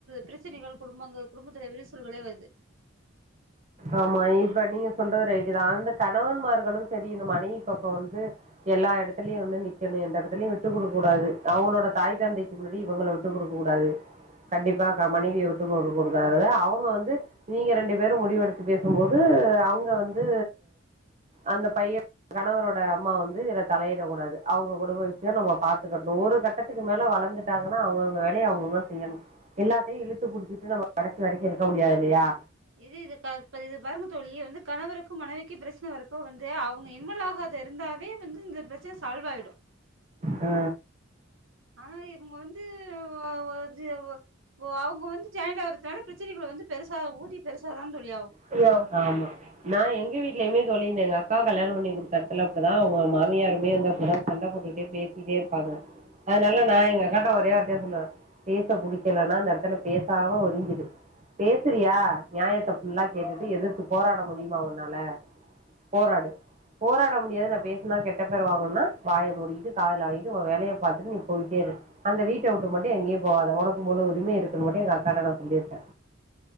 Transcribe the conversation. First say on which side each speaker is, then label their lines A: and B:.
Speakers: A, on the right; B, on the right.
A: ப்ரச்சனைகள் குடும்பங்கள் குடும்பத்துல விருசல்களே வருது
B: ஆமா இப்ப நீங்க சொல்றது ரைட்டுதா அந்த கணவன்மார்களும் செரி இந்த மனைவி பக்கோ வந்து எல்லா எடத்துலயு வந்து நிக்கணு எந்த இடத்துலயு விட்டு குடுக்க கூடாது அவங்களோட தாய் தந்தைக் துக் முன்னாடி இவுங்கள விட்டு குடுக்க கூடாது கண்டிப்பா
A: ம்
B: கா மனைவிய விட்டு குடு குடுக்காதது அவுக வந்து நீங்க ரெண்டு பெரு முடிவு எடுத்து பேசும்போது அவங்க வந்து அந்த பையே கணவரோட அம்மா வந்து இதுல தலையிடக் கூடாது அவுங்க குடும்ப விஷ்யோ நம்ம பாத்துக்கட்டு ஒரு கட் டத்துக்கு மேல வளந்துட்டாங்கன்னா அவங்கங்க வேலைய அவுங்கவுங்க செய்யணு எல்லாத்தையு இழுத்து புடிச்சிட்டு நம்ம கடைசி வரைக்கு இருக்க முடியாது இல்லையா
A: இது இது க இத பாருங்க தோழி வந்து கணவருக்கு மனைவிக்கு ப்ரச்சன வரப்போ வந்து அவுங்க இன்வால் ஆகாது இருந்தாவே வந்து இந்த ப்ரச்சன சால்வ் ஆயிடு
B: ஆ
A: ஆனா இவுங்க வந்து ஒரு ஒர்ஜியவோ ஓ அவு‌ங்க வந்து ஜாயின்ட் ஆறதுனால ப்ரச்சனைகள வந்து பெருசா ஊதி பெருசாதா தோழி ஆவு
B: அப்டியா ஆமா நா எங்க வீட்லயுமே தோழி இந்த எங்க அக்காவ கல்யாணோ பண்ணி குடுத்த எடத்துல அப்டிதா உங்க மாமியாருமே வந்தா அப்டி தா சண்ட போட்டுக்கிட்டே பேசிட்டே இருப்பாங்க அதனால
A: ம்
B: நா எங்க அக்காட்ட ஒரே வார்த்தையா சொல்லுவேன் பேச புடிக்கலனா அந்த எடத்துல பேசாம ஒதிங்கிரு பேசுறியா நியாயத்த நல்லா கேட்டுட்டு எதிரத்து போராட முடியுமா உன்னால போராடு போராட முடியாது நா பேசுனா கெட்ட பேர் வாங்கணுன்னா வாய மூடிக்கிட்டு காதல வாங்கிட்டு வேலய பாத்துட்டு நீ போயிட்டே இரு அந்த வீட்ட விட்டு மட்டு எங்கேயு போகாத உனக்கு முழு உரிம இருக்குன்னு மட்டு எங்க அக்காட்ட சொல்லிர்க்கே